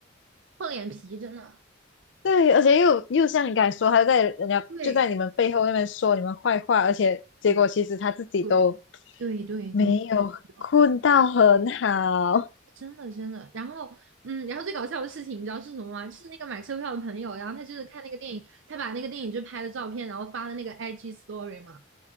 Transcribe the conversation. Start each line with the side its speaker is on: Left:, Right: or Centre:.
Right: 厚脸皮真的。
Left: 对，而且又又像你刚才说，他在人家就在你们背后那边说你们坏话，
Right: 对，
Left: 而且结果其实他自己都
Right: 嗯，对，对对对，
Left: 没有困到很好
Right: 的，真的真的。然后，嗯，然后最搞笑的事情你知道是什么吗？就是那个买车票的朋友，然后他就是看那个电影，他把那个电影就拍了照片，然后发了那个 IG story 嘛。